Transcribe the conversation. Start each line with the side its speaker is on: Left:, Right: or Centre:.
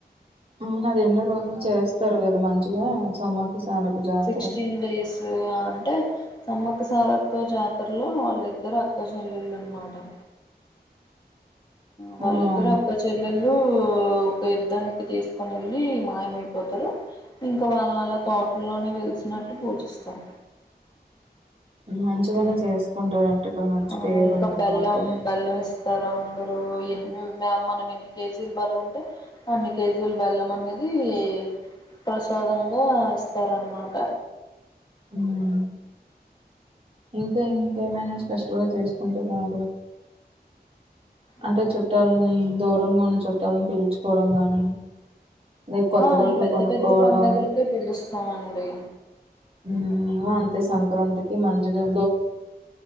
Right: అవునదెన్నో రోజులు చేస్తారు కదా మంచిగా సమ్మక్క సారక్క జాత
Left: సిక్సటీన్ డేస్ అంటే సమ్మక్క సారక్క జాతర్లో వాళ్ళిద్దరు అక్కాజెల్లెళ్ళనమాట వాళ్ళిద్దరూ
Right: ఆ అవును
Left: అక్కచెల్లె ళ్ళూ ఒక యుద్ధానికి తీసుకొనెల్లీ మాయమైపోతరూ ఇంకా వాల్నలా తోట్లోనే వెలిసినట్టు పూజిస్తాం
Right: మంచిగానే
Left: ఉహు
Right: చేసుకుంటారంట ఇక్కడ మంచి
Left: అవునూ
Right: పేరు
Left: ఇంకా
Right: ఉందన్నమాట
Left: బెల్లం బెల్లం ఇ స్తారందరూ ఎన్ని మనం ఎన్ని కేజీలు బరువుంటే అన్ని కేజీలు బెల్లం అనేది దీ ప్రసాదంగా ఇస్తారన్మాట
Right: హ్మ్మ్ ఇంకా ఎ ఏమైనా స్పెషల్గా చేస్కుంటారా మరి అంటే
Left: ఆ
Right: చుట్టాల్నీ దూరంగున్న చుట్టాల్నీ పీల్చుకోవడం గాని లేక కొత్త
Left: ఆ
Right: బట్టలు
Left: ఈ పెద్ద
Right: కొనుక్కోవడం
Left: పెద్ద పండగల్కే పిలుస్తామండి
Right: ఉ మేమూ అంతే సంక్రాంతికి మంచిగా